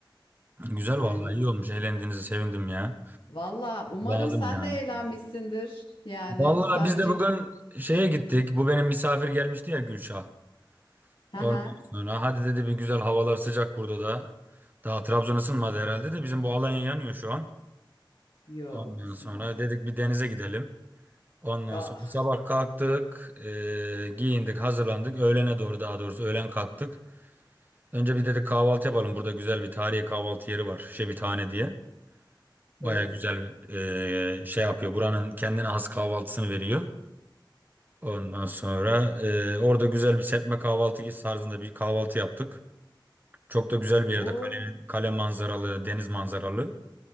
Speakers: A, on the right; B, on the left.
A: Güzel
B: Aynen.
A: vallahi iyi olmuş. Eğlendiğinize sevindim ya.
B: Valla umarım
A: Lazım
B: sen
A: yani
B: de eğlenmişsindir. Yani
A: Vallahi
B: sadece
A: biz de bugün
B: biz...
A: şeye gittik. Bu benim misafir gelmişti ya Gülşah.
B: Ha
A: Ondan
B: ha.
A: sonra hadi dedi bir güzel havalar sıcak burada da. Daha Trabzon ısınmadı herhalde de bizim bu Alanya yanıyor şu an.
B: Yok
A: Ondan
B: ısınmadı.
A: sonra dedik bir denize gidelim. Ondan
B: Ah
A: sonra sabah kalktık, eee, giyindik, hazırlandık. Öğlene doğru daha doğrusu öğlen kalktık. Önce bir dedik kahvaltı yapalım. Burada güzel bir tarihi kahvaltı yeri var. Şebitane diye. Baya
B: öf.
A: güzel e, şey yapıyor. Buranın kendine has kahvaltısını veriyor. Ondan sonra e, orada güzel bir serpme kahvaltı tarzında bir kahvaltı yaptık. Çok da güzel bir yerde.
B: Oo.
A: Kale, kale manzaralı, deniz manzaralı.